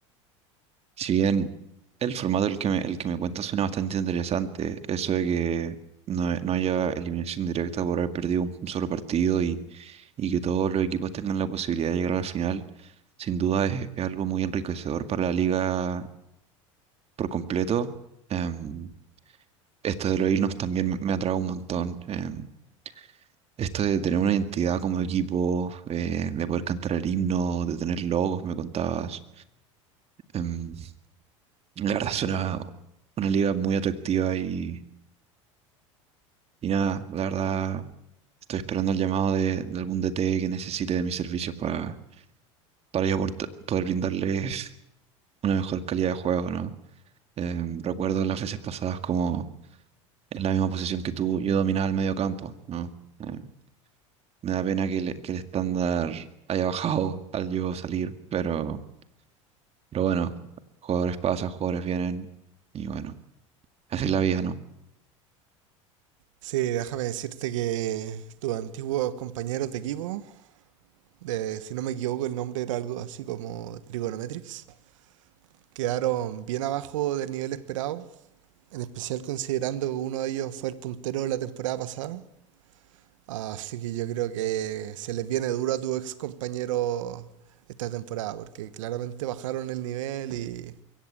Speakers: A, on the right; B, on the right.
A: si bien el formato el que me, el que me cuentas suena bastante interesante, eso de que no, no haya eliminación directa por haber perdido un, solo partido y, y que todos los equipos tengan la posibilidad de llegar a la final, sin duda es, es algo muy enriquecedor para la liga por completo. Em, esto de los himnos también me me atrae un montón. Em, Esto de tener una identidad como equipo, eh, de poder cantar el himno, de tener logos, me contabas. Em, la verdad suena una liga muy atractiva y, y nada, la verdad estoy esperando el llamado de, de algún DT que necesite de mis servicios para, para yo porta- poder brindarles <laughs> una mejor calidad de juego, ¿no? Em, recuerdo las veces pasadas como en la misma posición que tú, yo dominaba el medio campo, ¿no? Em, me da pena que, le- que el estándar haya bajado al yo salir, pero... Pero bueno, jugadores pasan, jugadores vienen y bueno, así es la vida, ¿no? <laughs>
B: Sí, déjame decirte que tus antiguos compañeros de equipo, de, si no me equivoco el nombre era algo así como Trigonometrics, quedaron bien abajo del nivel esperado En especial considerando que uno de ellos fue el puntero de la temporada pasada. Así que yo creo que se les viene duro a tu ex compañero esta temporada, porque claramente bajaron el nivel y,